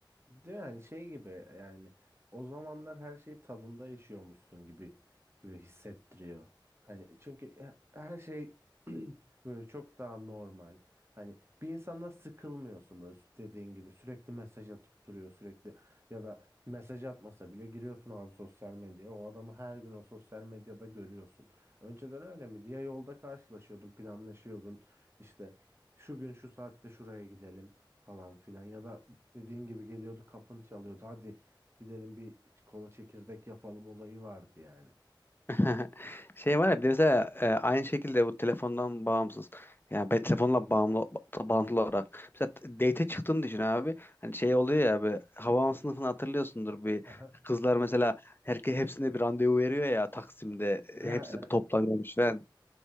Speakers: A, on the right; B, on the left.
A: Değil mi? Yani şey gibi yani o zamanlar her şey tadında yaşıyormuşsun gibi böyle hissettiriyor. Hani çünkü he- her şey <clears throat> böyle çok daha normal. Hani bir insanla sıkılmıyorsun böyle dediğin gibi sürekli mesaj atıp duruyor sürekli ya da mesaj atmasa bile giriyorsun abi sosyal medyaya o adamı her gün o sosyal medyada görüyorsun. Önceden öyle mi diye yolda karşılaşıyordun planlaşıyordun işte şu gün şu saatte şuraya gidelim falan filan ya da Dediğin gibi geliyordu kapını çalıyordu. Hadi gidelim bir kola çekirdek yapalım olayı vardı yani.
B: <laughs> Şey var ya bir de mesela e, aynı şekilde bu telefondan bağımsız. Yani ben telefonla bağımlı ba- bağlantılı olarak. Mesela t- date çıktığını düşün abi. Hani şey oluyor ya bir Havaalanı sınıfını hatırlıyorsundur bir
A: <laughs> Aha.
B: kızlar mesela herke hepsine bir randevu veriyor ya Taksim'de
A: Ha,
B: hepsi
A: evet
B: toplanıyormuş ve